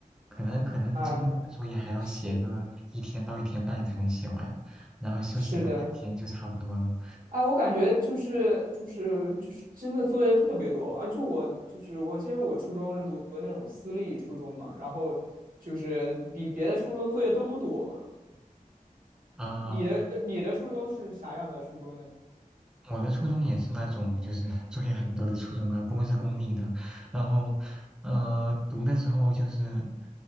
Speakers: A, in the centre; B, on the right.
A: 可能可能周末的作业还要写个一天到一天半才能写完，
B: 啊，是
A: 然后休息个半天就差不多了。
B: 是的，哎，我感觉就是就是就是真的作业特别多，而且我就是我记得我初中是读的那种私立初中嘛，然后就是比别的初中作业都多。
A: 啊、
B: 你的你的初中是啥样的初中呢？
A: 我的初中也是那种就是 <laughs> 作业很多的初中啊，不过是公立的。然后，呃，读的时候就是，